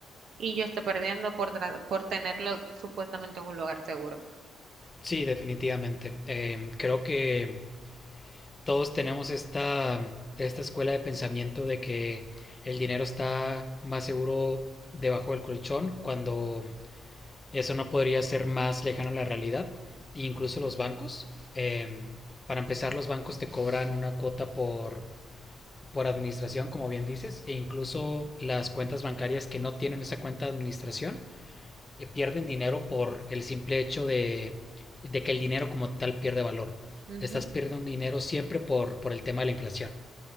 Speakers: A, on the right; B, on the left.
A: y yo esté perdiendo por, tra- por tenerlo supuestamente en un lugar seguro.
B: Sí, definitivamente. Eh, creo que todos tenemos esta, esta escuela de pensamiento de que el dinero está más seguro debajo del colchón cuando eso no podría ser más lejano a la realidad. Incluso los bancos. eh, para empezar, los bancos te cobran una cuota por, por administración, como bien dices, e incluso las cuentas bancarias que no tienen esa cuenta de administración eh, pierden dinero por el simple hecho de, de, que el dinero como tal pierde valor.
A: Ujú.
B: Estás perdiendo dinero siempre por, por el tema de la inflación.